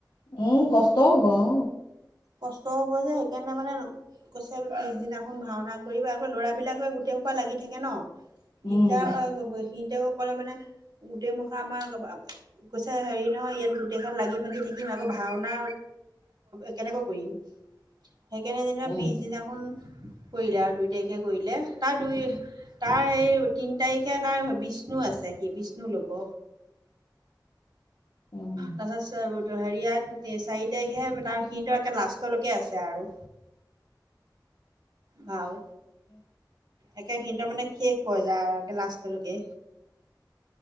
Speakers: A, on the left; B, on the right.
A: উম কষ্ট হ'ব অহ।
B: কষ্ট হ'ব যে সেইকাৰণে মানে, কৈছে পিছদিনাখন ভাওনা কৰিব আকৌ ল'ৰাবিলাকে গোটেই সোপা লাগি থাকে ন।
A: উম,
B: দিগদাৰ হয় কলেও সিতেও কলে মানে, গোটেই মুখা আমাৰ কৈছে হেৰি নহয় ইয়াত গোটেইখনাল লাগি ভাগি থাকিম, আকৌ ভাওনা কেনেকৈ কৰিম সেইকাৰণে যেনিবা
A: উম।
B: পিছদিনাখন কৰিলে আৰু দুই তাৰিখে কৰিলে। তাৰ দুই তাৰ সেই তিনি তাৰিখে তাৰ বিষ্ণু আছে। কৈছে সি বিষ্ণু লব।
A: উম।
B: তাছত চোৱা হেৰিয়াত চাৰি তাৰিখে তাৰ সিটো একে লাষ্টলৈকে আছে আৰু। ভাও একে সি ত মানে শেষ কৰি যায় আৰু একে লাষ্টলৈকে।